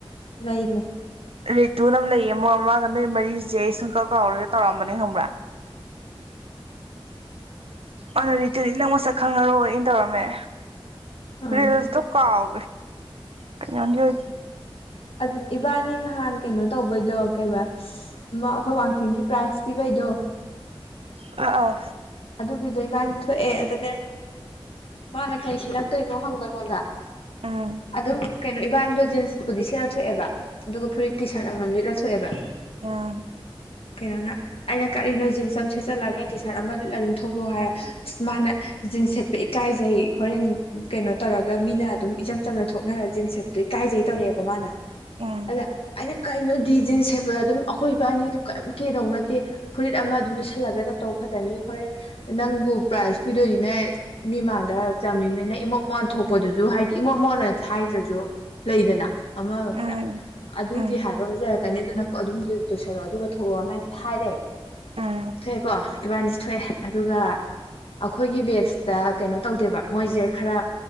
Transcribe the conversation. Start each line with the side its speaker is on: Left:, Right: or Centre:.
Left: ꯂꯩ ꯂꯩ
Right: ꯔꯤꯇꯨ ꯅꯪ ꯂꯩꯌꯦ ꯃꯣꯏ ꯑꯃꯃꯥꯡꯒ ꯅꯣꯏ ꯃꯔꯤꯁꯦ ꯑꯩ ꯁꯨꯡꯀꯛ ꯀꯥꯎꯔꯒꯦ ꯇꯧꯔꯑꯝꯕꯅꯦ ꯈꯪꯕ꯭ꯔꯥ ꯑꯅꯣ ꯔꯔꯤꯇꯗꯤ ꯅ ꯃ ꯁ ꯈꯪꯉꯔꯣꯏ ꯑꯩꯅ ꯇꯧꯔꯝꯃꯦ
Left: ꯑꯥ
Right: ꯔꯦꯁ ꯊ ꯀꯥꯥꯎ ꯀꯩꯅꯅꯤ ꯆꯦ
Left: ꯑꯗꯨ ꯏꯕꯥꯅꯤ ꯅꯍꯥꯟ ꯀꯩꯅꯣ ꯇꯧꯕꯩꯗꯣ ꯀꯩꯕꯥ ꯑꯩꯈꯣꯏ ꯋꯥꯡꯈꯤꯡꯒꯤ ꯄ꯭ꯔꯥꯏꯖ ꯄꯤꯕꯩꯗꯣ
Right: ꯑ ꯑꯥ
Left: ꯑꯗꯨꯒꯤꯗꯣ ꯏꯕꯥꯅꯤ ꯊꯣꯛꯑꯦ ꯑꯗꯨꯅꯦ ꯃꯥꯅ ꯀꯩ ꯁꯦꯠꯂꯛꯇꯣꯏꯅꯣ ꯍꯪꯕ ꯑꯩꯉꯣꯟꯗ
Right: ꯎꯝ
Left: ꯑꯗ ꯀꯩꯅꯣ ꯏꯕꯥꯅꯤꯗꯣ ꯖꯤꯟꯁꯄꯨꯗꯤ ꯁꯦꯠꯅ ꯊꯣꯛꯑꯦꯕ ꯑꯗꯨꯒꯗꯨꯒꯣ ꯐꯨꯔꯤꯇꯤ ꯁꯥꯔꯝ ꯁꯕ
Right: ꯑꯥ
Left: ꯀꯩꯅꯣꯅ ꯑꯩꯅ ꯀꯠꯂꯤꯅꯣ ꯖꯤꯟꯁ ꯑꯃ ꯁꯦꯠꯆꯜꯂꯒ ꯇꯤ ꯁꯥꯔꯠ ꯑꯃ ꯂꯩ ꯑꯗꯨꯝ ꯊꯣꯛꯂꯣ ꯍꯥꯏꯔ ꯏꯁ ꯃꯥꯅ ꯖꯤꯟꯁ ꯁꯦꯠꯄ ꯏꯀꯥꯏꯖꯩ ꯍꯣꯔꯦꯟ ꯀꯩꯅꯣ ꯇꯧꯔꯒ ꯃꯤꯅ ꯑꯗꯨꯝ ꯏꯆꯝ ꯆꯝꯅ ꯊꯣꯛꯅꯔ ꯖꯤꯟꯁ ꯁꯦꯠꯄꯗꯣ ꯏꯀꯥꯏꯖꯩ ꯇꯧꯔꯛꯑꯦꯕꯣ ꯃꯥꯅ
Right: ꯎꯝ
Left: ꯑꯗꯩꯅ ꯀꯩꯅꯣ ꯗꯤ ꯖꯤꯟꯁ ꯁꯦꯠꯄꯗ ꯑꯗꯨꯝ ꯑꯩꯈꯣꯏ ꯏꯕꯥꯅꯤꯁꯨ ꯀꯔꯤꯝ ꯀꯩꯗꯧ ꯅꯠꯇꯦ ꯐꯨꯔꯤꯠ ꯑꯃ ꯑꯗꯨꯝ ꯂꯤꯠꯁꯜꯂꯒ ꯆꯠꯇꯧ ꯈꯛꯇꯅꯤ ꯍꯣꯔꯦ ꯅꯪꯕꯨ ꯄ꯭ꯔꯥꯏꯖ ꯄꯤꯗꯣꯏꯅꯤꯅꯦ ꯃꯤꯃꯥꯡꯗ ꯆꯝꯃꯤꯃꯦꯅ ꯏꯃꯣꯠ ꯃꯣꯟ ꯊꯣꯛꯄꯗꯨꯁꯨ ꯍꯥꯏꯗꯤ ꯏꯃꯣꯠ ꯃꯣꯟꯅ ꯊꯥꯏꯗ꯭ꯔꯁꯨ ꯂꯩꯗꯅ ꯑꯃ
Right: ꯎꯝ
Left: ꯑꯗꯨꯒꯤ
Right: ꯎꯝ ꯎꯝ
Left: ꯍꯥꯏꯕ ꯑꯃꯁꯦ ꯀꯅꯤ ꯑꯗꯨꯅ ꯑꯗꯨꯝ ꯇꯣꯏꯁꯜꯂꯛꯑꯣ ꯑꯗꯨꯒ ꯊꯣꯛꯂꯛꯑꯣꯅ ꯑꯩꯁꯨꯦ ꯍꯥꯏꯔꯦ
Right: ꯎꯝ
Left: ꯊꯣꯛꯑꯦꯀꯣ ꯏꯕꯥꯁꯤ ꯍ ꯑꯗꯨꯒ ꯑꯩꯈꯣꯏꯒꯤ ꯕꯦꯠꯁꯇ ꯀꯩꯅꯣ ꯇꯧꯗꯦꯕ ꯃꯣꯏꯁꯦ ꯈꯔ